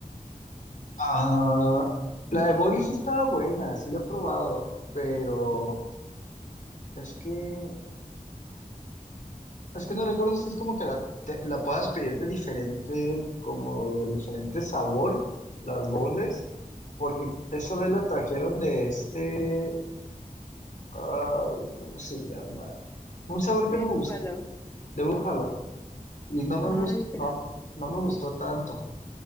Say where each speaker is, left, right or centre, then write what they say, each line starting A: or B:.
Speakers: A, on the left; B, on the left.
A: Ah, la de Boris sí estaba buena, sí la he probado, pero es que es que no recuerdo si es como que la, te- la puedas pedir de diferente, como de diferente sabor, las boles, porque esa vez las trajeron de este, ay, ¿cómo se llama? Un sabor
B: De
A: que no
B: búfalo.
A: me gusta, de búfalo, y no me
B: Ay,
A: gustó, no,
B: pero
A: no me gustó tanto,